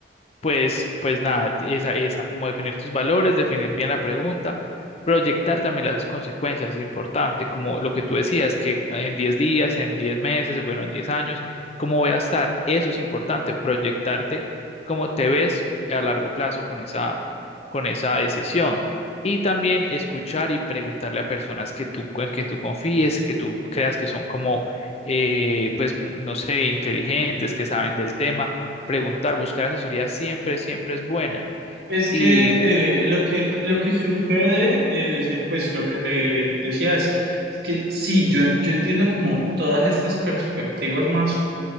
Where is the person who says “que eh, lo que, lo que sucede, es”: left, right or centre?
Right